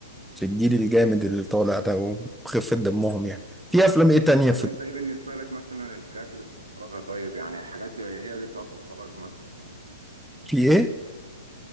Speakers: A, in the centre; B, on the right.
A: في الجيل الجامد اللي طالع ده وخفة دمهم يعني في افلام ايه تانية
B: طب
A: في
B: انت ايه بالنسبة لك مثلا الحاجات اللي بتتفرجها طيب يعني الحاجات هي اللي بتقعد تتفرجها مثلا
A: في ايه